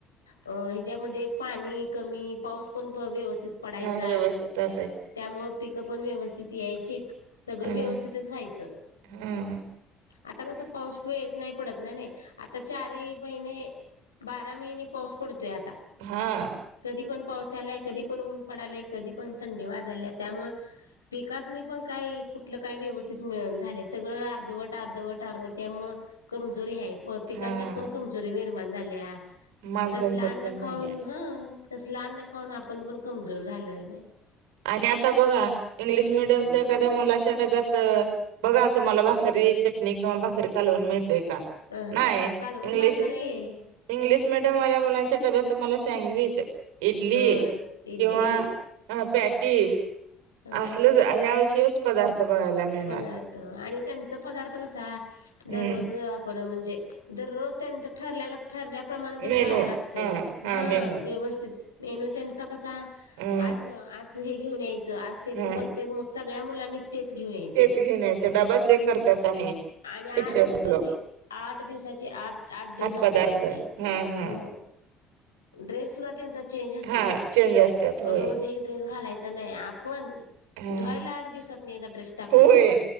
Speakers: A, on the left (about 85°); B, on the right (about 65°).
A: ह्याच्यामध्ये पाणी कमी पाऊस पण व्यवस पडायचा,
B: हा व्यवस्थित असायचं
A: यामुळे पिक पण व्यवस्थित. यायचीच, सगळं
B: हा
A: व्यवस्थितच व्हायचं.
B: हा
A: आता कसं पाऊस बि येत नाही पडत नाही, आता चारी महिने, बारा महिने पाऊस पडतो. आता,
B: हा
A: कधी पण. पावस यालाय, कधी पण ऊन पडायलय, कधी पण थंडी वाजालीय, त्यामुळे पिकानी पण काय. कुठलं काय व्यवस्थित मिळना झालय, सगळं अर्धवट. टारधव, टार, त्यामुळ कमजोरी हाय, प पिकांच्यात
B: हा
A: पण कमजोरी निर्माण झाल्या.
B: माणसांच्यात
A: तसलं अन्न
B: पण
A: खाऊन,,,
B: झाल्या
A: हां. तसलं आन्न खाऊन आपण पण कमजोर झालोय नाई.
B: आणि आता बघा, इंग्लिश मिीडियमच्या
A: अ
B: एखाद्या मुलाच्या डब्यात. बघा तुम्हाला भाकरी चटणी किंवा भाकरी कालवून मिळत्या. का,
A: अ
B: नाय,
A: कालवण
B: इंग्लिश
A: भाकरी
B: इंग्लिश मीड. मुलांच्या डब्यात तुम्हाला सँडविच, इडली
A: अ इडली
B: किंवा. पॅटस
A: हा
B: असल ह अ पदार्थ. बघायला मिळणार
A: पदार्थ आणि त्यांचा पदार्थ कसा
B: हम्म
A: दररोज आपण म्हणजे. जे दररोज त्यांचं ठरलेला. ठरल्याप्रमाणे त्यांचा
B: मेनू
A: आहार असतोय
B: हा
A: हा
B: मेनू
A: व्यवस्थित मेनू त्यांचा कस.
B: हा
A: आज आज हे घेऊन यायचं आज तेच
B: हा
A: ब ते सगळ्या मुलांनी तेच घेऊन यायचं.
B: तेच घेन यायचे डबा चेक करतायेत आणि.
A: आणि आठ
B: शिक्षक
A: दिवसाची
B: लोक
A: आठ दिवसाची आठ आठ ड्रेस असते
B: पदार्थ
A: त्यांचे
B: हा
A: हो.
B: <inaudible>
A: ड्रेस सुद्धा त्यांचा चेंज असते
B: हा
A: ते
B: चेंज असतात होय
A: रोज एक ड्रेस घालाय. आपण
B: हा
A: ला आ दिवसात. ड्रेस टाकवतो
B: होय